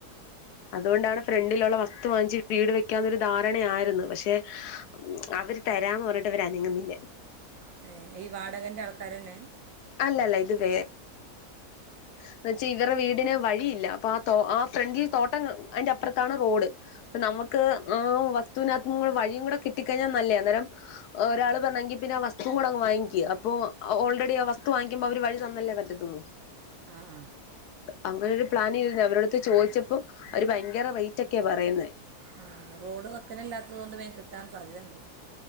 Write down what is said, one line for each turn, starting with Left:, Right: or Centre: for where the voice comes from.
Left: അതുകൊണ്ടാണ്- ഫ്രണ്ടിലുള്ള വസ്തു വാങ്ങിച്ച്‌ വീട് വെക്കാന്നൊരു ധാരണയായിരുന്നു പക്ഷെ- അവര് തരാന്ന് പറഞ്ഞ എന്നിട്ട് അവരനങ്ങുന്നില്ല.
Right: - ഈ വാടകേന്റെ ആൾക്കാരുതന്നെ
Left: അല്ലല്ല ഇത് വേ എന്ന് വച്ചാൽ ഇവരുടെ വീടിന് വഴിയില്ല, അപ്പൊ ഫ്രണ്ടിൽ തോട്ടം കാണാം അതിന്റ അപ്പുറത്താണ് വീട്. നമുക്ക് ആ വസ്തു - വസ്തുനാത്തുകൂടെ വഴീംകൂടെ കിട്ടിഴിഞ്ഞാ നല്ലേ അന്നേരം ഒരാള് പറഞ്ഞെങ്കി പിന്നെ ആ വസ്തു കൂടെ അങ്ങ്‌വാങ്ങിക്ക് അപ്പോ ഓൾറെഡി ആ വസ്തു വാങ്ങിക്കുമ്പ അവര് വഴി തന്നല്ലേ പറ്റത്തുള്ളൂ. പറ്റത്തുള്ളൂ
Right: അ ആ
Left: അങ്ങനെ ഒരു പ്ലാനിൽ ഇരുന്നയാഅവരുടെ അടുത്ത് ചോദിച്ചപ്പോ അവര് ഭയങ്കര റേറ്റ് ഒക്കെയാ പറയുന്നെ.
Right: ആ റോഡ് വക്ക്നല്ലാത്തത് കൊണ്ട് വേഗം കിട്ടാൻ സാധ്യതയുണ്ട്.